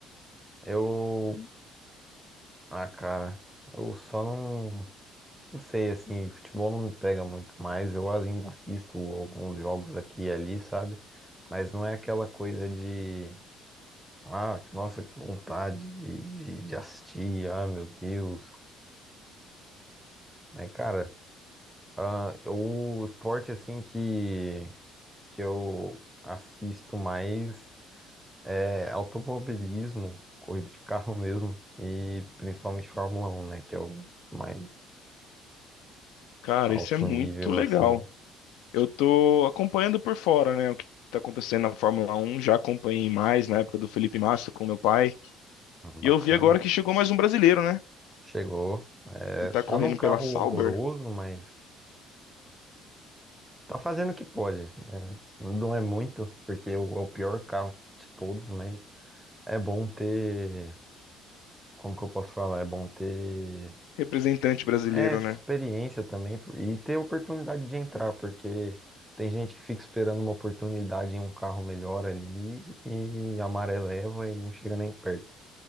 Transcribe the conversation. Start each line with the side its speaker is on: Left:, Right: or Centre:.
Centre: Eu. Ah, cara. Eu só não. Não sei, assim, futebol não me pega muito mais. Eu ainda assisto alguns jogos aqui e ali, sabe? Mas não é aquela coisa de. Ah, que- nossa, que vontade de, de, de assistir. Ah, meu Deus. Mas, cara, ah, eu- o esporte, assim, que, que eu assisto mais é automobilismo, corrida de carro <laughs> mesmo. E principalmente Fórmula um né? Que é o mais.
Left: Cara,
Centre: alto
Left: isso é muito
Centre: nível,
Left: legal.
Centre: assim,
Left: Eu tô acompanhando por fora, né? O que tá acontecendo na Fórmula Um Já acompanhei mais na época do Felipe Massa com meu pai.
Centre: bacana.
Left: E eu vi agora que chegou mais um brasileiro, né?
Centre: Chegou. É,
Left: E tá
Centre: tá
Left: correndo
Centre: num carro
Left: pela Sauber,
Centre: horroroso, mas tá fazendo o que pode. É, não é muito, porque é o é o pior carro de todos, mas é bom ter. Como que eu posso falar? É bom ter.
Left: representante brasileiro,
Centre: É, experiência
Left: né?
Centre: também e ter oportunidade de entrar, porque tem gente que fica esperando uma oportunidade em um carro melhor ali e a maré leva e não chega nem perto.